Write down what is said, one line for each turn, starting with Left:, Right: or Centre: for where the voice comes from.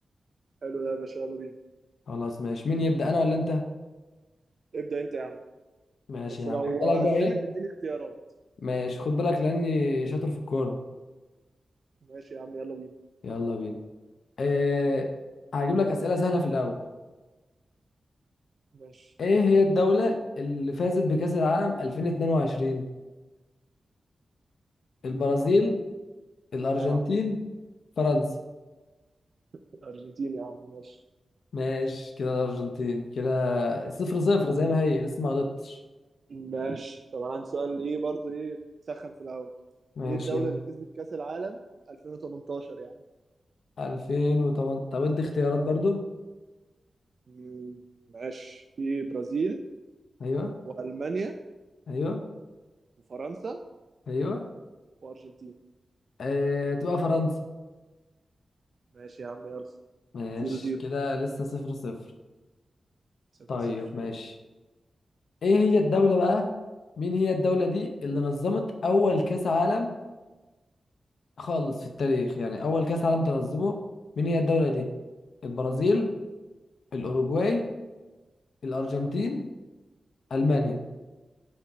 Right: حلو ده يا باشا يلا بينا
Left: خلاص ماشي مين يبدأ انا ولا انت
Right: ابدأ انت يا عم
Left: ماشي
Right: بس
Left: يا
Right: لو
Left: عم خد بالك بقى
Right: أزمت
Left: ايه
Right: اديني اختيارات
Left: ماشي خد بالك لاني شاطر في الكورة
Right: ماشي يا عم يلا بينا
Left: يلا بينا إيه هجيب لك أسئلة سهلة في الأول
Right: ماشي
Left: ايه هي الدولة اللي فازت بكأس العالم 2022 البرازيل
Right: يا عم
Left: الأرجنتين
Right: اه
Left: فرنسا
Right: الارجنتين يا عم ماشي
Left: ماشي كده الأرجنتين كده صفر صفر زي ما هي لسه ما غلطتش
Right: ماشي طب انا عندي سؤال ايه برضو ايه سخن في الاول
Left: ماشي
Right: ايه الدولة
Left: يلا.
Right: اللي كسبت كأس العالم 2018 يعني
Left: 2008 طب ادي اختيارات برضو
Right: مم، ماشي في برازيل
Left: ايوه
Right: وألمانيا
Left: ايوه
Right: وفرنسا
Left: ايوه
Right: وأرجنتين
Left: إيه تبقى فرنسا
Right: ماشي يا عم يلا 0
Left: ماشي
Right: 0
Left: كده لسه صفر صفر
Right: 0
Left: طيب
Right: 0
Left: ماشي ايه هي الدولة بقى مين هي الدولة دي اللي نظمت اول كاس عالم خالص في التاريخ يعني اول كاس عالم تنظمه مين هي الدولة دي البرازيل الاوروجواي الارجنتين المانيا